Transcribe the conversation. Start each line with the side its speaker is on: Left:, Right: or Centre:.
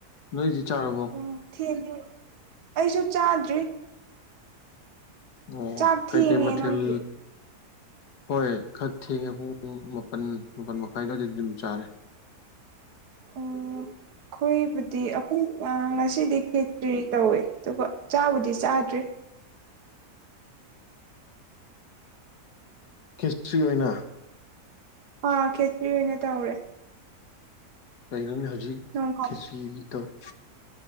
Left: ꯅꯣꯏꯗꯤ ꯆꯥꯔꯕꯣ
Right: ꯎꯝ <unintelligible> ꯑꯩꯖꯨ ꯆꯥꯗ꯭ꯔꯤ
Left: ꯑꯣ
Right: ꯆꯥꯛ
Left: ꯀꯩ
Right: ꯊꯦꯡꯉꯦ
Left: ꯀꯩ ꯃꯊꯦꯜ
Right: ꯅꯣꯏꯒꯤ
Left: ꯍꯣꯏ ꯈꯔ ꯊꯦꯡꯉꯦ ꯄꯨꯡ ꯃꯥꯄꯟ ꯃꯥꯄꯟ ꯃꯈꯥꯏ ꯑꯗꯨꯋꯥꯏꯗꯗꯤ ꯑꯗꯨꯝ ꯆꯥꯔꯦ
Right: ꯑꯣ ꯈꯣꯏꯕꯨꯗꯤ ꯈꯣꯏ ꯑꯥ ꯉꯁꯤꯗꯤ ꯈꯦꯇ꯭ꯔꯤ ꯇꯧꯋꯦ ꯑꯗꯨꯒ ꯆꯥꯕꯨꯗꯤ ꯆꯥꯗ꯭ꯔꯤ
Left: ꯈꯦꯆ꯭ꯔꯤ ꯑꯣꯏꯅ
Right: ꯑꯥ ꯈꯦꯆ꯭ꯔꯤ ꯑꯣꯏꯅ ꯇꯧꯔꯦ
Left: ꯀꯩꯅꯅꯦ ꯍꯧꯖꯤꯛ
Right: ꯅꯣꯡ ꯐꯥꯗꯣꯛ
Left: ꯈꯦꯆ꯭ꯔꯤ ꯇꯧꯋꯦ